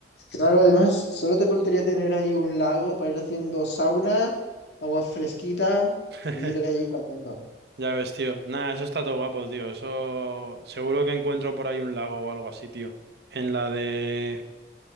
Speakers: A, on the left; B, on the right.
A: Claro, además, solo te faltaría tener ahí un lago para ir haciendo sauna, agua fresquita,
B: <laughs>
A: y ir ahí cambiando.
B: Ya ves, tío. Nada, eso está todo guapo, tío. Eso seguro que encuentro por ahí un lago o algo así, tío. En la de